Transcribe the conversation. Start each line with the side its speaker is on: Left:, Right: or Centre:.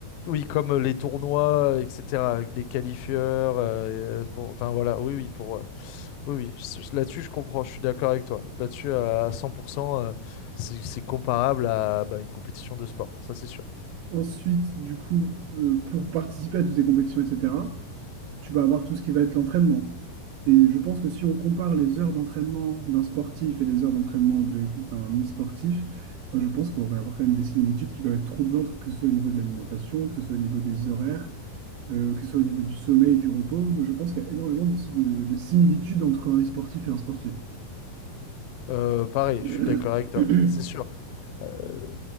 Left: oui, comme euh, les tournois, etc., avec les qualifieurs, euh, pour, enfin voilà, oui, oui, pour, euh, oui, oui, je- je- là-dessus je comprends, je suis d'accord avec toi. Là-dessus, à 100%, euh, c'est c'est comparable à bah, une compétition de sport, ça c'est sûr.
Right: Ensuite, du coup, euh, pour participer à toutes ces compétitions, etc., tu vas avoir tout ce qui va être l'entraînement. Et je pense que si on compare les heures d'entraînement d'un sportif et les heures d'entraînement de- d'un e-sportif, moi, je pense qu'on va avoir quand même des similitudes qui peuvent être troublantes, que ce soit au niveau de l'alimentation, que ce soit au niveau des horaires, euh, que ce soit au niveau du sommeil, du repos. Moi, je pense qu'il y a énormément de, de, de similitudes entre un e-sportif et un sportif.
Left: Euh, pareil,
Right: <clears throat>
Left: je suis d'accord avec toi, c'est sûr. Euh,